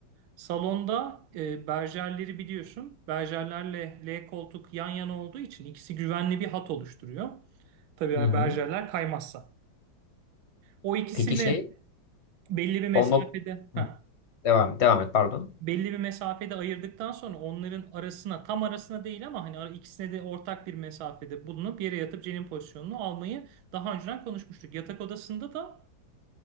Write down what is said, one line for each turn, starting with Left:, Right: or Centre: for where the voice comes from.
Right: Salonda e, berjerleri biliyorsun. Berjerlerle L koltuk yan yana olduğu için ikisi güvenli bir hat oluşturuyor. Tabii eğer
Left: Hı hı.
Right: berjerler kaymazsa. O ikisini
Left: Peki şey
Right: belli bir mesafede.
Left: o nok-
Right: Heh.
Left: Hı, devam devam et pardon.
Right: belli bir mesafede ayırdıktan sonra onların arasına tam arasına değil ama hani ara- ikisine de ortak bir mesafede bulunup yere yatıp cenin pozisyonunu almayı daha önceden konuşmuştuk. Yatak odasında da